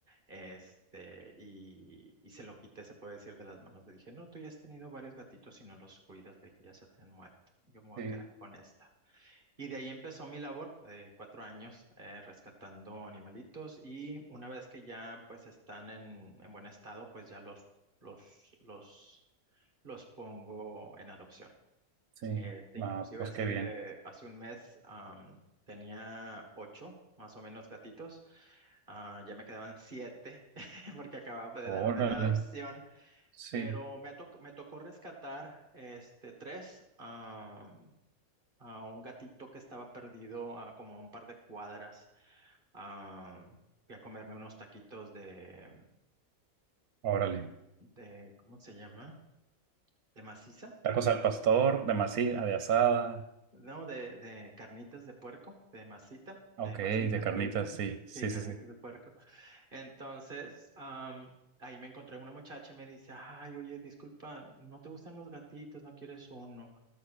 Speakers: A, on the right; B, on the right.
A: este, y, y se lo quité, se puede decir, de las manos. Le dije, no, tú ya has tenido varios gatitos y no los cuidas, le dije, ya se te han muerto, yo me voy
B: sí,
A: a quedar con esta. Y de ahí empezó mi labor de cuatro años eh, rescatando animalitos y una vez que ya pues están en, en buen estado, pues ya los, los, los, los pongo en adopción.
B: sí.
A: Este, inclusive
B: Ah, pues
A: hace,
B: qué bien.
A: hace un mes am, tenía ocho, más o menos, gatitos. Ah, ya me quedaban siete <laughs> porque acababa de
B: Órale,
A: dar una en adopción,
B: sí,
A: pero me, ha toc- me tocó rescatar este, tres am, a un gatito que estaba perdido a como un par de cuadras. am, fui a comerme unos taquitos de,
B: órale.
A: de, ¿cómo se llama? De maciza.
B: Tacos al pastor, de masita, de asada.
A: No, de, de carnitas de puerco, de masita, de
B: Ok,
A: maciza
B: de carnitas,
A: se dice.
B: sí, sí,
A: Sí, carnitas
B: sí, sí.
A: de puerco. Entonces, am, ahí me encontré una muchacha y me dice, ay, oye, disculpa, ¿no te gustan los gatitos? ¿No quieres uno?